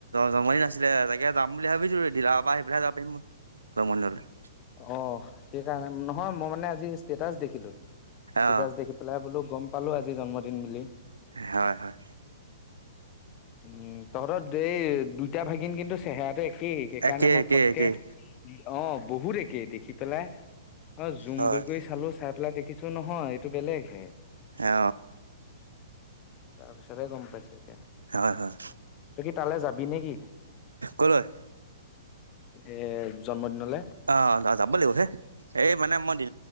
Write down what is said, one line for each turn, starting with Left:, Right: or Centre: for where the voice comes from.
Right: জন্মদিন আছিলে তাকে যাম বুলি ভাবিছো দিলাৰ পৰা আহিফেলাহে যাব পাৰি মই জন্মদিনলৈ।
Left: অ সেইকাৰণে নহয় মই মানে আজি ষ্টেটাচ দেখিলো। ষ্টেটাচ
Right: অ',
Left: দেখি পেলাই বোলো গম পালো আজি জন্মদিন বুলি।
Right: হয় হয়।
Left: উম তহঁতৰ এই দুইটা ভাগিন কিন্তু চেহেৰাটো একেই সেইকাৰণে
Right: একেই,
Left: মই
Right: একেই,
Left: ফটকে
Right: একেই
Left: অ বহুত একে দেখি পেলাই অ জুম
Right: হয়।
Left: কৰি কৰি চালো চাই পেলাই দেখিছো নহয় এইটো বেলেগ হে।
Right: অ।
Left: তাৰ পিছতেহে গম পাইছো এতিয়া।
Right: হয় হয়।
Left: তই কি তালৈ যাবি নেকি?
Right: ক'লৈ?
Left: এ জন্মদিনলৈ।
Right: অ যাব লাগিব হে এই মানে মই